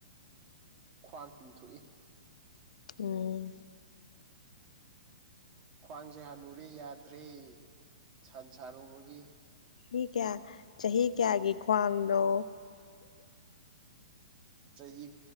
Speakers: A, on the right; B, on the left.
A: ꯈ꯭ꯋꯥꯡ ꯇꯤꯡꯊꯣꯛꯏ
B: ꯎꯝ
A: ꯈ꯭ꯋꯥꯡꯁꯦ ꯍꯥꯟꯅꯨꯔꯦ ꯌꯥꯗ꯭ꯔꯦ ꯁꯟ ꯁꯥꯔꯨꯕꯒꯤ
B: ꯃꯤ ꯀꯌꯥ ꯆꯍꯤ ꯀꯌꯥꯒꯤ ꯈ꯭ꯋꯥꯡꯅꯣ
A: ꯆꯍꯤ